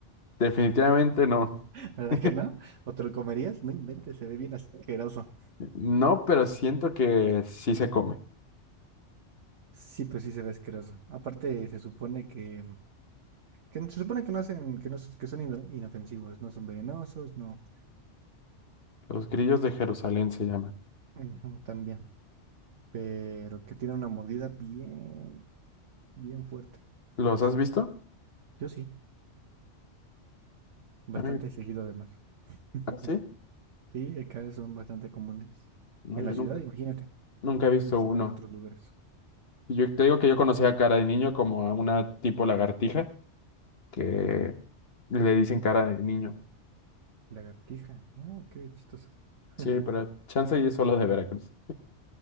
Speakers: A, on the left; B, on the right.
A: Definitivamente no.
B: <laughs> ¿Verdad
A: <laughs>
B: que no? ¿O te lo comerías? No inventes, se ve bien asqueroso.
A: No, pero siento que sí se come.
B: Sí, pues sí se ve asqueroso. Aparte, se supone que, que no- se supone que no hacen, que no, s- que son ino- inofensivos, no son venenosos, no.
A: Los grillos de Jerusalén se llaman.
B: Ujú, también. Pero que tienen una mordida bien, bien fuerte.
A: ¿Los has visto?
B: Yo sí, bastante
A: A
B: seguido además. <laughs>
A: ah, sí.
B: Sí, acá son bastante comunes.
A: No,
B: En
A: yo
B: la ciudad,
A: nunca,
B: imagínate.
A: nunca he visto
B: ¿Cómo será
A: uno.
B: en otros lugares?
A: Y Yo te digo que yo conocía a cara de niño como a una tipo lagartija que le dicen cara de niño.
B: Lagartija. Ah, qué chistoso. <laughs>
A: Sí, pero chance y es solo de Veracruz.